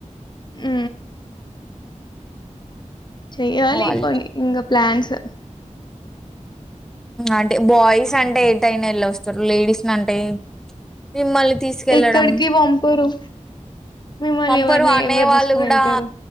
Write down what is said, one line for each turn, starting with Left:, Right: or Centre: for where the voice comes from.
Left: ఉ చెయాలి
Centre: మా వాళ్ళు
Left: కొ ఇం ప్లాన్స్
Centre: అంటే బాయ్స్ అంటే ఏ టైనా వెళ్ళి వస్తారు లేడీస్ అంటే మిమ్మల్ని తీసుకెళ్ళడం
Left: ఎక్కడికి పంపరు మిమ్మల్ని
Centre: పంపరు
Left: ఎవరిని
Centre: అనేవాళ్ళు
Left: ఎవరు తీసుకుని
Centre: కూడా
Left: వెళ్తారు